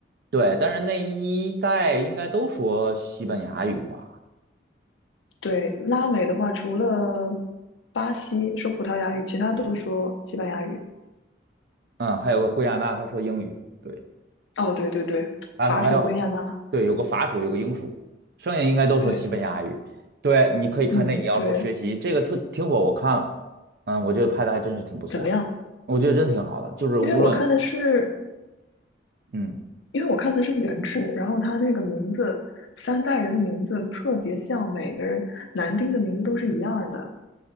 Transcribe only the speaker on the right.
对，但是那一代应该都说西班牙语吧？
嗯，还有个圭亚那，他说英语。对，
还有还有，
对，有个法属，有个英属，剩下应该都说西班牙语。
对，你可以看那，
你要说学习这个特挺火，
我看了，嗯，我觉得拍的还真是挺不错的，
我觉得真挺好的，就是无论
嗯，